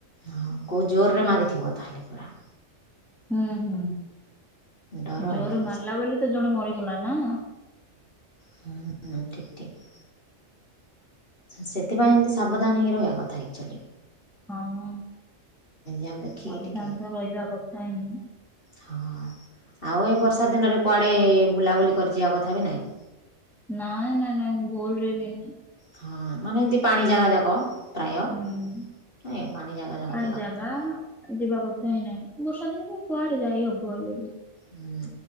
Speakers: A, on the left (about 40°); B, in the centre.
A: ହଁ କୋଉ ଜୋରରେ ମାରିଥିବ ତାହେଲେ ପୁରା।
B: ହୁଁ ହୁଁ
A: ଡର
B: ଜୋର
A: ଏଯାକ
B: ମାରିଲା ବୋଲି ତ ଜଣେ ମରିଗଲା ନା?
A: ହୁଁ ହୁଁ ଠିକ୍ ଠିକ୍। ସେଥିପାଇଁ ଏମିତି ସାବଧାନ ହୋଇକି ରହିବା କଥା ଏକକ୍ଚୁଆଲି।
B: ହଁ
A: ଯାକ ଦେଖିକି
B: ସାବଧାନ
A: ଟିକେ
B: ତ ରହିବା କଥା ହିଁ।
A: ହଁ ଆଉ ଏ ବର୍ଷା ଦିନରେ କୁଆଡ଼େ ବୁଲାବୁଲି କରିଯିବା କଥା ବି ନାହିଁ।
B: ନାଇଁ ନାଇଁ ନାଇଁ ମୁଁ ଭୁଲରେ ବି ନାଇଁ।
A: ହଁ ମାନେ ଏମିତି ପାଣି ଜାଗା ଯାକ ପ୍ରାୟ
B: ହୁଁ।
A: ନାଇ ପାଣି ଜାଗା ଯାକ
B: ପାଣି
A: ଯିବା
B: ଜାଗା
A: କଥା ନାହିଁ।
B: ଯିବା କଥା ହିଁ ନାହିଁ ବର୍ଷାଦିନେ ବି କୁଆଡେ ଯାଇ ହବ ହେଲେ ବି
A: ହୁଁ